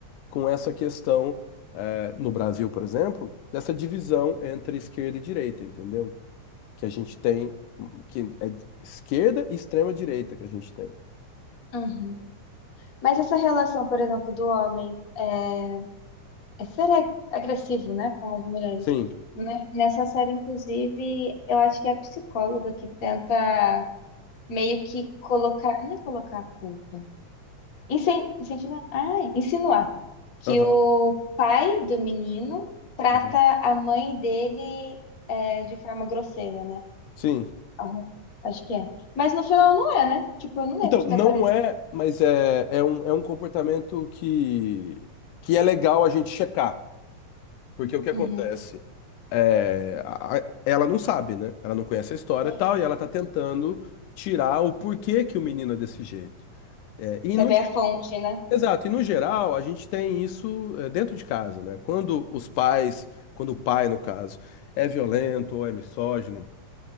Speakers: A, on the left; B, on the left.
A: com essa questão, eh, no Brasil, por exemplo, dessa divisão entre esquerda e direita, entendeu? Que a gente tem, que é esquerda e extrema direita que a gente tem.
B: Uhum. Mas essa relação, por exemplo, do homem é, É ser ag- agressivo, né, com as mulheres.
A: Sim.
B: Né? Nessa série, inclusive, eu acho que é a psicóloga que tenta meio que colocar, não é colocar a culpa, incen- incentivar, ah, insinuar que
A: Aham,
B: o pai do menino trata
A: aham.
B: a mãe dele é, de forma grosseira, né?
A: Sim.
B: Alguma- Acho que é. Mas no final não é, né? Tipo, eu não lembro
A: Então,
B: de
A: não
B: ter aparecido.
A: é, mas é, é um, é um comportamento que, que é legal a gente checar. Porque o que acontece?
B: Uhum.
A: É, a- a- ela não sabe, né? Ela não conhece a história
B: Sim.
A: e tal, e ela tá tentando tirar o porquê que o menino é desse jeito. É, e
B: Saber
A: no, ge-
B: a fonte, né?
A: exato, e no geral, a gente tem isso é, dentro de casa, né? Quando os pais, quando o pai, no caso, é violento ou é misógino,